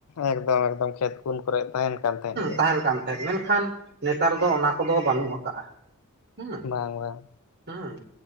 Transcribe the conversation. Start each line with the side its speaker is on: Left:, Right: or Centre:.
Left: ᱮᱠᱫᱚᱢ ᱮᱠᱫᱚᱢ ᱠᱷᱮᱛ ᱠᱩᱱ ᱠᱚᱨᱮᱜ ᱛᱟᱦᱮᱸᱱ ᱠᱟᱱ ᱛᱟᱦᱮᱸᱱ ᱜᱮᱭᱟ
Right: ᱛᱟᱦᱮᱱ
Left: ᱾
Right: ᱠᱟᱱ ᱦᱮᱸ ᱢᱮᱱᱠᱷᱟᱱ ᱱᱮᱛᱟᱨ ᱫᱚ ᱚᱱᱟ ᱠᱚᱫᱚ ᱵᱟᱹᱱᱩᱜ ᱠᱟᱜᱼᱟ, ᱦᱩᱸ!
Left: ᱵᱟᱝ ᱵᱟᱝ
Right: ᱦᱮᱸ,